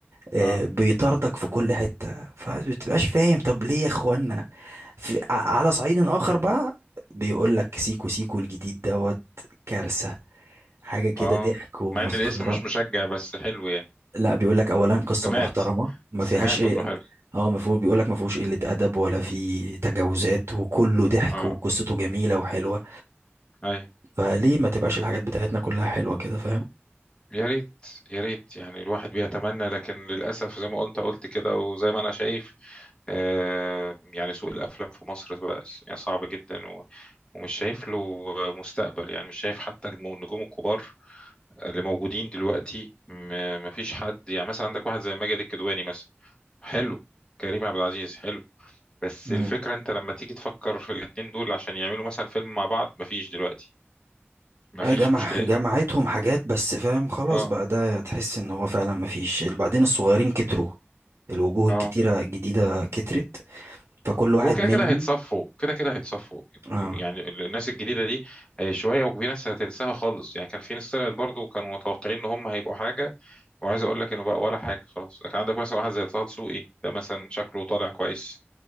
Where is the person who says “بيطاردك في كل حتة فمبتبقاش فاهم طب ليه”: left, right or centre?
Right